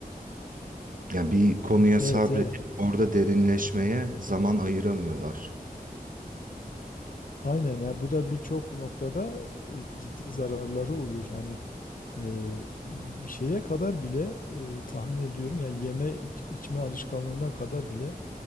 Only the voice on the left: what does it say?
Evet
ya
aynen ya bu da birçok noktada e, ciddi zararları olur. Hani e, bir şeye kadar bile e, tahmin ediyorum yani yeme iç- içme alışkanlığına kadar bile